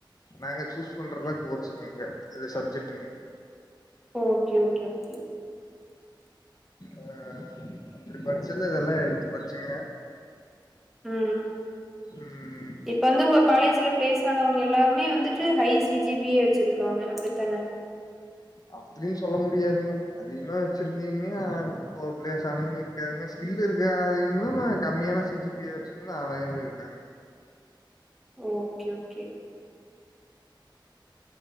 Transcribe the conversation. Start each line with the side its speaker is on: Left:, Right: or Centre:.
Left: நாங்க சூஸ் பண்றதா கோர்ஸுங்க அங்க இது சப்ஜெக்ட்டுங்க
Centre: ஓகே ஓகே ஓகே
Left: அ அப்டி படிச்சல்ல இதெல்லா எடுத்து படிச்சங்க
Centre: ம்
Left: ம்
Centre: இப்ப வந்து உங்க காலேஜ்ல பிளேஸ் ஆனவங்க எல்லா மே வந்துட்டு ஹை சி ஜி பி யே வச்சிருக்காங்க அப்டித்தான
Left: அப்டியு சொல்ல முடியாதுங்க அதிகமா வச்சிருந்தீங்க கோப்லேஸ் ஆனங்க இருக்காதுங்க ஸ்கில் இருக்காதங்களு கம்மியான சி ஜி பி யா வச்சுங்கன்னா அணையரு இருக்காங்க
Centre: ஓகே ஓகே